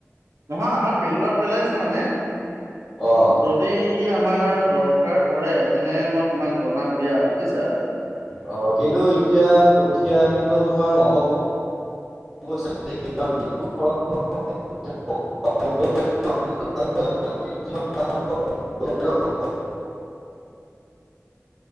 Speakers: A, on the right; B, in the centre.
A: নহয় আমাৰ পেলোৱাত পেলাইছে মানে
B: অ
A: যদি আমাৰ দৰকাৰ পৰে তেনে মই তোমাক জনাম দিয়া বুজিছা।
B: অ, কিন্তু এতিয়া কঠীয়া কিন্তু তোমাৰ নহ'ব <unintelligible>